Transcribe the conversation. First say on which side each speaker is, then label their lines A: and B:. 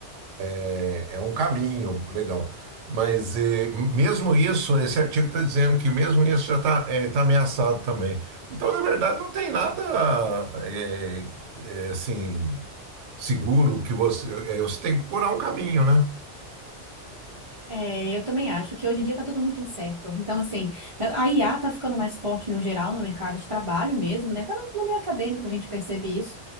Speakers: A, on the right; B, on the right.
A: é é um caminho legal. Mas eh, mesmo isso, esse artigo está dizendo que mesmo isso já está ameaçado também. Então, na verdade, não tem nada eh, eh, assim seguro que você. eh, você tem que procurar um caminho, né?
B: É, eu também acho que hoje em dia está tudo muito incerto. Então, assim, a IA está ficando mais forte no geral, no mercado de trabalho mesmo, né? Até no, no meio acadêmico a gente percebe isso,